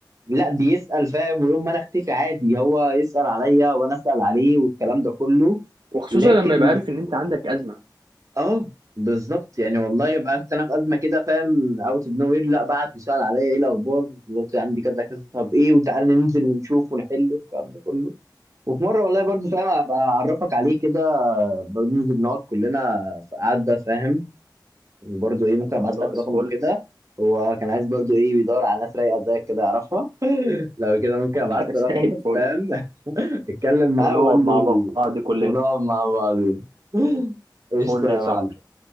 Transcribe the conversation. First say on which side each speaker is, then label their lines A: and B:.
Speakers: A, on the right; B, on the right.
A: لا بيسأل فاهم ويوم ما انا اختفي عادي هو يسأل عليا وانا اسأل عليه والكلام ده كله
B: وخصوصا
A: لكن
B: لما يبقى عارف ان انت عندك ازمه
A: اه بالظبط يعني والله يبقى انت انا في ازمه كده فاهم اوت اوف نو وير لا بعت وسال عليا ايه الاخبار دلوقتي عندي كذا كذا طب ايه وتعالى ننزل ونشوف ونحل والكلام ده كله وفي مره والله برضو فاهم ابقى اعرفك عليه كده برضو ننزل نقعد كلنا في قعده فاهم وبرضو ايه ممكن ابعت
B: خلاص
A: لك رقمه
B: فل
A: كده هو كان عايز برضو ايه بيدور على ناس رايقه زيك كده يعرفها لو كده ممكن ابعت
B: <laughs> زي
A: له رقمك
B: الفل
A: فاهم <laughs> اتكلم معاه
B: ونقعد
A: وقول
B: مع
A: لي
B: بعض كلنا
A: ونقعد مع بعضينا <laughs> قشطه
B: فل يا
A: يا
B: صاحبي
A: معلم